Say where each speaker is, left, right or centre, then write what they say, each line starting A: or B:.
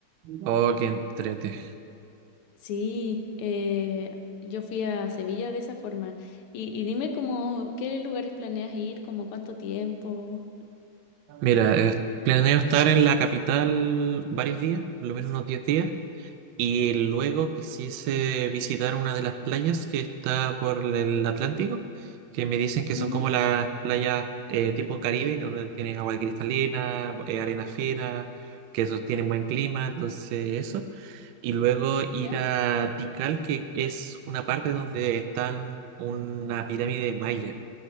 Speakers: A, on the right; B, on the left.
A: Oh, qué entrete.
B: Sí, eh, yo fui a Sevilla de esa forma. Y, y dime como, ¿qué lugares planeas ir? ¿Como cuánto tiempo?
A: Mira, eh, planeo estar en la capital varios días, por lo menos unos 10 días. Y luego quisiese visitar una de las playas que está por el Atlántico, que me dicen que son
B: Ujú,
A: como las playas eh, tipo Caribe, que donde tienes agua cristalina, eh, arena fina, que eso tienen buen clima, entonces eso. Y luego
B: ¿Ya?
A: ir a Tikal, que es una parte donde están una pirámide maya.